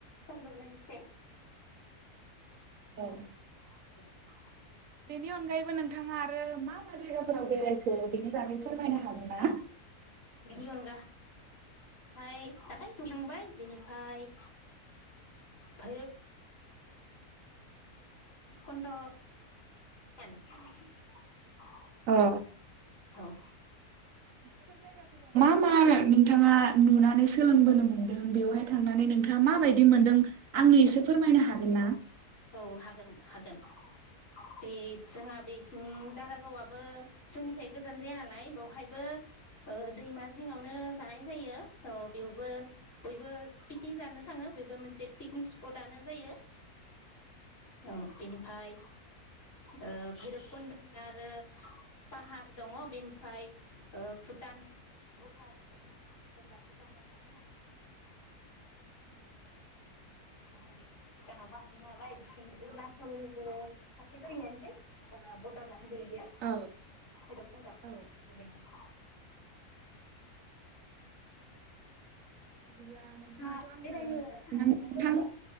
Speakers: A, on the left; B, on the right.
A: समजों लोगो से <inaudible>
B: औ
A: <unintelligible>
B: बेनि अनगायैबो नोंथाङा आरो मा मा जायगाफोराव बेरायखो बेनि बागै फोरमायना हागोनना
A: बेनि अनगाहाय <unintelligible> थांबाय बेनिफ्राय भैरब कुन्द' <unintelligible>
B: औ
A: औ
B: मानो नोंथाङा नुनानै सोलोंबोनो मोन्दों बेवहाय थांनानै नोंथाङा माबायदि मोनदों आंनो एसे फोरमायनो हागोन ना?
A: औ हागोन हागोन बे जोंहा बेखिं दारागावाबो जोंनिफ्राय गोजान जाया नालाय बेवहायबो दैमा जिङावनो जानाय जायो स' बेवबो बयबो पिकनिक जानो थाङो बेबो मोनसे पिकनिक स्पटनो जायो औ बेनिफ्राय ओ भैरबकुन्दनि आरो पाहार दङ बेनिफ्राय भुटान बरडार दङ जेबा भुटानाव हाबनो हानाय <unintelligible> भुटानावबो हाबैनो हाबाय बिथिं अरुणचलनिबो खाथि जायो आनोसै भुटाना <unintelligible> गैया भैरबकन्दआ
B: औ
A: बेबायदि
B: औ बिदिब्ला नोंथाङाथ'
A: नोंथाङा
B: आंनो
A: बेरायनो थाङाखै
B: नोंथां
A: दा जेरावबो?